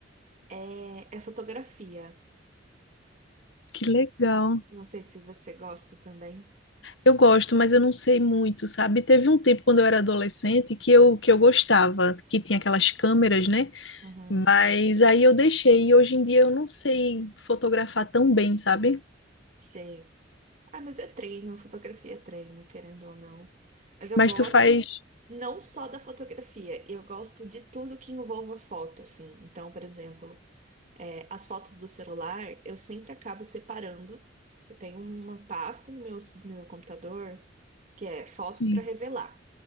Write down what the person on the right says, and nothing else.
é, é fotografia.
Não sei se você gosta também.
Uhum,
sei. Ah, mas é treino, fotografia é treino, querendo ou não. Mas eu
gosto
não só da fotografia, eu gosto de tudo que envolva foto, assim. Então, por exemplo. É, as fotos do celular eu sempre acabo separando. Eu tenho uma pasta no meu, no meu computador que é fotos
para revelar.